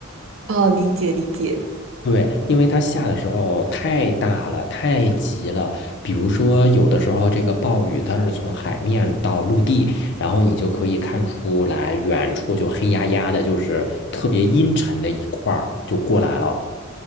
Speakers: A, on the right; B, on the left.
A: 哦，理解理解，
B: 对，因为它下的时候太大了，太急了。比如说，有的时候这个暴雨它是从海面到陆地，然后你就可以看出来，远处就黑压压的，就是特别阴沉的一块儿就过来了。